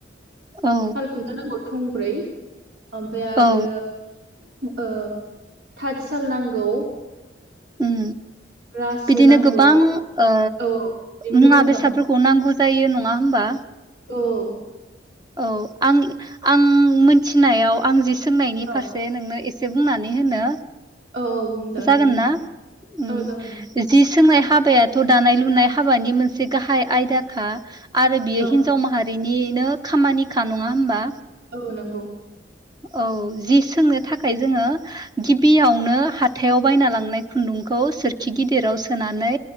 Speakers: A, on the right (about 20°); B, on the right (about 70°).
A: औ
B: साल खुन्था नांगौ। थंब्रै। ओमफ्राय आरो
A: औ
B: ओ था साल नांगौ।
A: उम
B: रासो
A: बिदिनो
B: नांगौ
A: गोबां ओ
B: औ बिदिनो
A: मुवा
B: गोबां
A: बेसादफोरखौ
B: दं
A: नांगौ जायो नङा होमबा?
B: औ औ।
A: औ आं आं मिथिनायाव आं जि सोंनायनि
B: औ
A: फारसे नोंनो ए से बुंनानै होनो
B: औ औ बुंजागोन
A: जागोन
B: दे नोंथां
A: ना उम
B: औ जागोन नोंथां।
A: जि सोंनाय हाबायाथ' दानाय लुनाय हाबानि मोनसे गाहाय आयदाखा। आरो बियो
B: औ
A: हिनजाव माहारिनि बिनो खामानिखा नङा होमबा?
B: औ नंगौ।
A: औ जि सोंनो थाखाय जोङो गिबियावनो हाथायाव बायना लांनाय खुन्दुंखौ सोरखि गिदिराव सोनानै